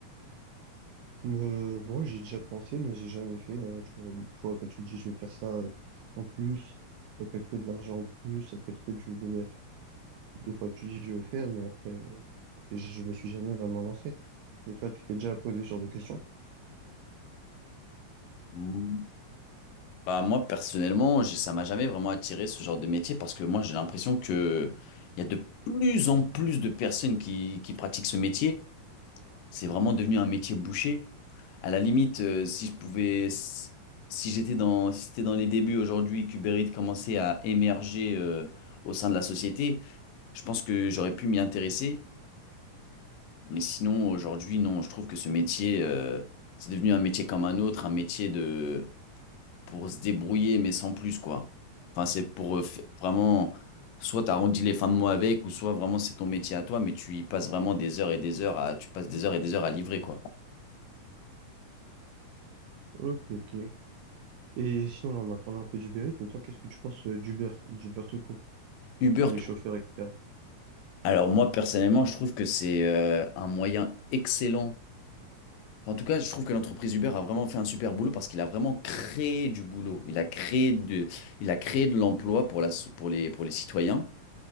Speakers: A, on the right (about 80°); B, on the left (about 90°).
A: Euh, bon, ouais, j'ai déjà pensé, mais j'ai jamais fait. hein. tu vois, tu vois, quand tu dis je vais faire ça euh, en plus, ça peut être que de l'argent en plus, ça peut être que du bénéfice Des fois, tu dis je veux faire, mais après, euh, j'ai- je me suis jamais vraiment lancé. Et toi, tu t'es déjà posé ce genre de questions?
B: Mm. Bah, moi, personnellement, j'ai- ça m'a jamais vraiment attiré ce genre de métier parce que moi, j'ai l'impression que il y a de plus en plus de personnes qui, qui pratiquent ce métier. C'est vraiment devenu un métier bouché. À la limite, euh, si je pouvais, si j'étais dans, si c'était dans les débuts aujourd'hui, qu'Uber Eats commençait à émerger euh, au sein de la société, je pense que j'aurais pu m'y intéresser. Mais sinon, aujourd'hui, non, je trouve que ce métier, euh, c'est devenu un métier comme un autre, un métier de pour se débrouiller, mais sans plus, quoi. Enfin, c'est pour euh, fa- vraiment, soit t'arrondis les fins de mois avec, ou soit vraiment c'est ton métier à toi, mais tu y passes vraiment des heures et des heures à, tu passes des heures et des heures à livrer, quoi.
A: Ok, ok. Et sinon, là, on a parlé un peu d'Uber Eats, mais toi, qu'est-ce que tu penses euh, d'Uber, d'Uber tout court,
B: Uber,
A: les
B: tout.
A: chauffeurs, etc.
B: Alors moi, personnellement, je trouve que c'est euh, un moyen excellent. En tout cas, je trouve que l'entreprise Uber a vraiment fait un super boulot parce qu'il a vraiment créé du boulot. Il a créé de, il a créé de l'emploi pour la, pour les, pour les citoyens.